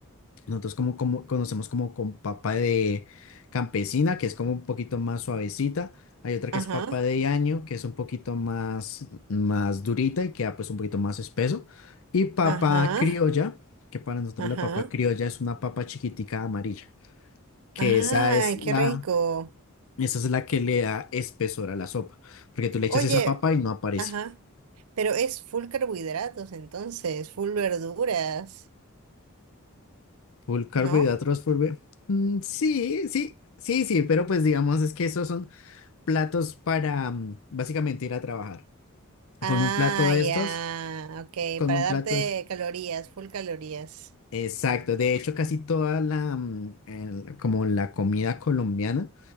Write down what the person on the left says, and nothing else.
Nosotros como, como conocemos como con papa de campesina, que es como un poquito más suavecita. Hay otra
que es papa de año, que es un poquito más, más durita y queda pues un poquito más espeso. Y papa
criolla, que para nosotros
la papa criolla es una papa chiquitica amarilla, que
esa es la,
esa es la que le da espesor a la sopa, porque tú le echas
esa papa y no aparece.
Full carbohidratos,
full... ve- Mm, sí, sí, sí, sí, pero pues digamos es que esos son... platos para mm, básicamente ir a trabajar.
Con un plato de
estos,
con
un
plato es
exacto. De hecho, casi toda la mm, el- como la comida colombiana